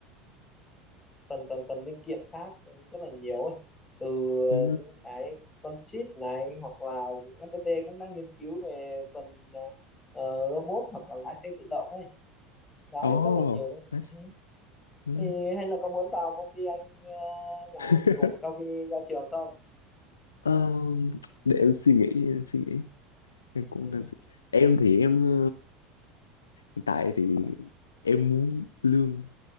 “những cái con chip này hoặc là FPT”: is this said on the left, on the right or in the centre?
Left